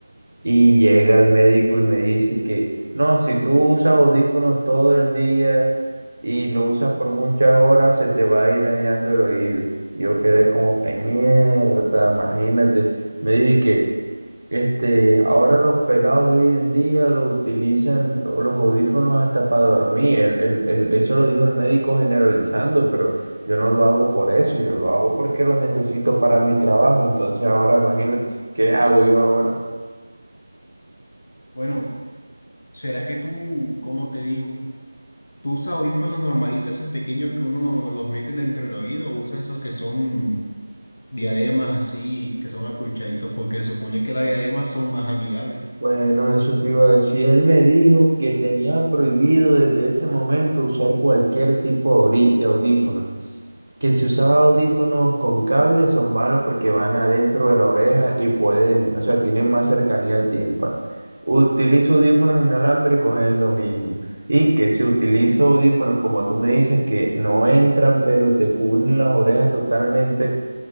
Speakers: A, on the right; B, on the left.
A: Y llega el médico y me dice que no, si tú usas audífonos todo el día y lo usas por muchas horas, se te va a ir dañando el oído. Yo quedé como que mierda, imagínate. Me dije que este, ahora los pelados de hoy en día lo utilizan o los audífonos hasta para dormir. El- el- el- eso lo dijo el médico generalizando, pero yo no lo hago por eso, yo lo hago porque lo necesito para mi trabajo. Entonces ahora imagínate, ¿qué hago yo ahora?
B: bueno, ¿será que tú, cómo te digo, tú usas audífonos normalitos, esos pequeños que uno los mete dentro del oído, o usas esos que son diademas así, que son acolchaditos, porque se supone que las diademas son más amigables?
A: Bueno, eso te iba a decir. Él me dijo que tenía prohibido desde ese momento usar cualquier tipo de ori- de audífonos. Que si usaba audífonos con cables son malos porque van adentro de la oreja y pueden, o sea, tienen más cercanía al tímpano. Utilizo audífonos inalámbricos, es lo mismo. Y que si utilizo audífonos, como tú me dices, que no entran, pero te cubren las orejas totalmente.